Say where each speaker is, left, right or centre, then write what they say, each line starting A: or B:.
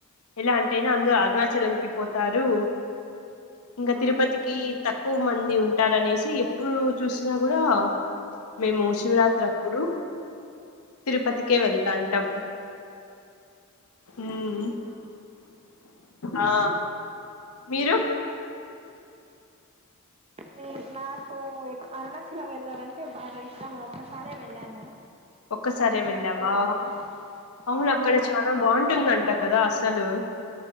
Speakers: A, on the left (about 75°); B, on the right (about 25°).
A: ఎలా అంటయినా అందరూ అరుణాచలంకి పోతారు ఇంకా
B: ఆ
A: తిరుపతికి
B: అవునవును
A: తక్కువ మంది ఉంటారు అనేసి ఇప్పుడు చూసినా కూడా మేము శివరాత్రి
B: ఆ
A: అప్పుడు తిరుపతికే
B: ఆహా
A: వెళ్తాంటాం ఉమ్
B: అవునా
A: ఆ మీరు
B: నే నాకు అరుణాచలం వెళ్ళాలంటే బాగా ఇష్టాము ఒక్కసారే వెళ్ళాను
A: ఒక్కసారే
B: ఫ్రెండ్స్
A: వెళ్ళావా
B: తో కలిసి
A: అవును
B: ఆ
A: అక్కడ చాలా
B: అరుణాచలం
A: బాగుంటుందమ్ట కదా అసలు